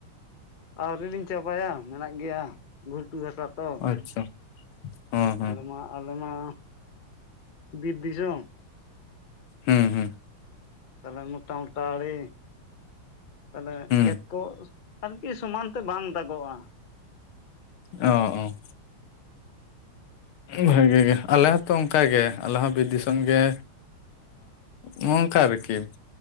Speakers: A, on the left; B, on the left.
A: ᱟᱹᱣᱨᱨᱤ ᱞᱤᱧ ᱪᱟᱵᱟᱭᱟ ᱢᱮᱱᱟᱜ ᱜᱮᱭᱟ᱾ ᱜᱷᱩᱴᱩ ᱦᱟᱥᱟ ᱛᱚ᱾
B: ᱟᱪᱪᱷᱟ ᱚᱸ
A: ᱟᱞᱮ ᱢᱟ ᱟᱞᱮᱢᱟ ᱵᱤᱨ ᱫᱤᱥᱚᱢ᱾
B: ᱦᱩᱸ ᱦᱩᱸ
A: ᱛᱟᱦᱞᱮ ᱢᱚᱴᱟ ᱢᱚᱴᱟ ᱟᱲᱮ ᱛᱟᱦᱞᱮ
B: ᱦᱩᱸ
A: ᱠᱷᱮᱛ ᱠᱚ ᱟᱨᱠᱤ ᱥᱚᱢᱟᱱ ᱛᱮ ᱵᱟᱝ ᱫᱟᱜᱚᱜᱼᱟ᱾
B: ᱚ ᱚ ᱵᱷᱟᱜᱤ ᱜᱮ ᱟᱞᱮ ᱦᱚᱸᱛᱚ ᱚᱝᱠᱟᱜᱮ ᱟᱞᱮ ᱦᱚᱸ ᱵᱤᱨ ᱫᱤᱥ <inaudible> ᱜᱮ ᱱᱚᱝᱠᱟ ᱟᱨᱠᱤ